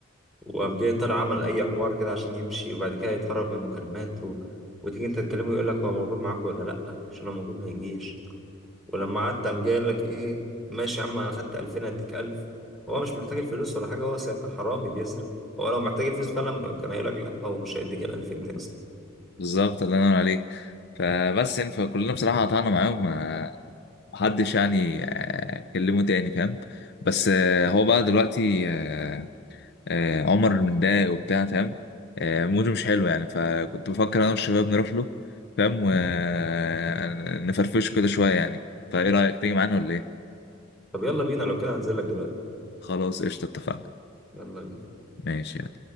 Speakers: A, in the centre; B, on the left.
A: وقام جاي طالع عمل اي حوار كده عشان يمشي وبعد كده يتهرب من مكالماته وتيجي انت تكلمه يقول لك هو موجود معاك ولا لا عشان لو موجود ما يجيش ولما قعدت قام جاي قال لك ايه ماشي يا عم انا خدت 2000 اديك 1000 هو مش محتاج الفلوس ولا حاجه هو سارق حرامي بيسرق هو لو محتاج الفلوس فعلا كان هيقول لك لا هو مش هيديك ال 1000 جنيه اصلا
B: بالظبط اللي انا عليك فبس يعني فكلنا بصراحه قطعنا معاهم آه، محدش يعني آه، كلمه تاني فاهم بس آه، هو بقى دلوقتي آه، آه، عمر المنداي وبتاع فاهم آه، موده مش حلو يعني فكنت بفكر انا والشباب نروح له فاهم ونفرفشه كده شويه يعني طيب ايه رايك تيجي معانا ولا ايه
A: طب يلا بينا لو كده هنزل لك دلوقتي
B: خلاص قشطه اتفقنا
A: يلا بينا
B: ماشي يلا.